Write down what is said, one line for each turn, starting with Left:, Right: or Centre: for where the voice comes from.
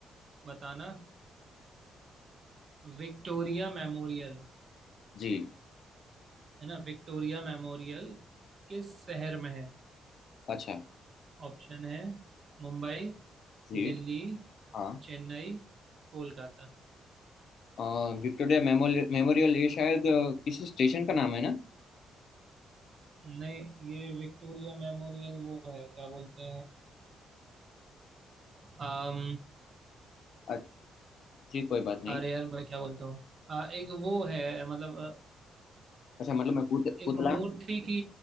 Right: बताना विक्टोरिया मेमोरियल
Left: जी
Right: है ना विक्टोरिया मेमोरियल किस शहर में है?
Left: अच्छा
Right: ऑप्शन है मुंबई,
Left: जी
Right: दिल्ली,
Left: हाँ
Right: चेन्नई, कोलकाता।
Left: अ, विक्टोरिया मेमोरियल मेमोरियल ये शायद अ, किसी स्टेशन का नाम है ना
Right: नहीं ये विक्टोरिया मेमोरियल वो है क्या बोलते हैं
Left: अ, जी कोई बात नहीं
Right: अरे यार मैं क्या बोलता हूँ आ, एक वो है मतलब अ,
Left: अच्छा मतलब मैं पुत,
Right: एक
Left: पुतला
Right: मूर्ति की